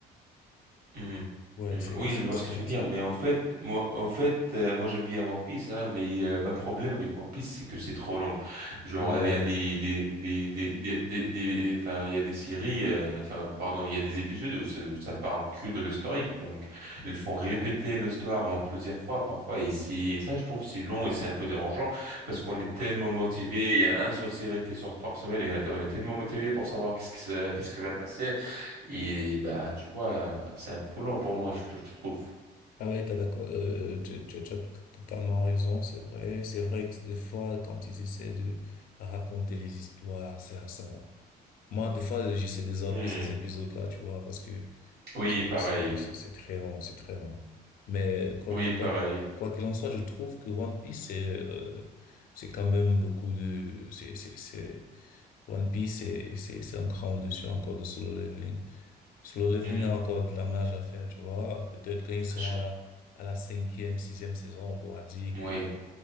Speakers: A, on the right; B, on the left.
A: Hmm.
B: Ouais,
A: Hmm.
B: c'est,
A: Oui,
B: c'est,
A: je vois
B: c'est
A: ce que
B: vraiment
A: tu veux dire,
B: ça.
A: mais en fait, moi, en fait, euh, moi j'aime bien One Piece, hein, mais euh, ma problème avec One Piece, c'est que c'est trop long. Genre,
B: Ah
A: il
B: ouais,
A: y a des, des, des, des, des, des- des- enfin, il y a des séries, euh, enfin, pardon, il y a des épisodes où ça, ça parle que de l'historique, donc ils font répéter l'histoire euh, plusieurs fois, parfois, et c'est, ça, je trouve, c'est long et c'est un peu dérangeant parce qu'on est tellement motivé. Il y a un seule série qui sort par semaine et on est tellement motivé pour savoir qu'est-ce que ça- qu'est-ce qui va passer. Et bah, tu vois, c'est un peu long pour moi, je, je trouve.
B: ah ouais, t'as d'accord, euh, tu, tu, tu as t- totalement raison, c'est vrai. C'est vrai que des fois, quand ils essaient de raconter les histoires, c'est ça. Moi, des fois, j'essaie de zapper
A: Hmm.
B: ces épisodes-là, tu vois, parce que
A: Oui,
B: C'est,
A: pareil.
B: c'est, c'est c'est très long, c'est très long. Mais quoi
A: Oui,
B: que, quoi,
A: pareil.
B: quoi qu'il en soit, je trouve que One Piece, c'est, euh, c'est quand même beaucoup de, c'est, c'est, c'est, One Piece, c'est, c'est, c'est un cran au-dessus encore de Solo Leveling. Solo Leveling
A: Hmm.
B: a encore de la marge à faire, tu vois. Peut-être quand ils seront
A: Je-
B: à la, à la cinquième, sixième saison, on pourra dire
A: Oui.
B: que,